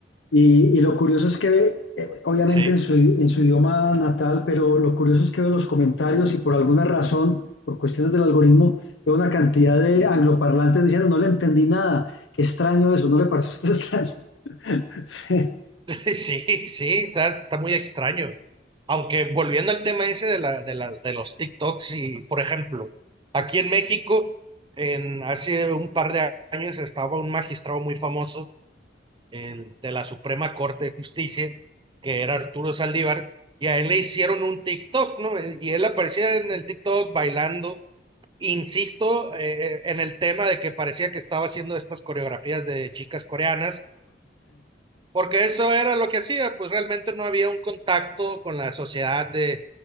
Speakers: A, on the left; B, on the right.
A: y, y lo curioso es que ve, eh, obviamente
B: Sí,
A: en su, en su idioma natal, pero lo curioso es que ve los comentarios y por alguna razón, por cuestiones del algoritmo, veo una cantidad de angloparlantes diciendo, no le entendí nada, qué extraño eso, ¿no le pareció a usted extraño?
B: <laughs> sí, sí, está, está muy extraño. Aunque volviendo al tema ese de la, de las, de los TikToks y, por ejemplo, aquí en México, en, hace un par de años estaba un magistrado muy famoso el de la Suprema Corte de Justicia, que era Arturo Saldívar, y a él le hicieron un TikTok, ¿no? Y él aparecía en el TikTok bailando, insisto, eh, en el tema de que parecía que estaba haciendo estas coreografías de chicas coreanas, porque eso era lo que hacía, pues realmente no había un contacto con la sociedad de,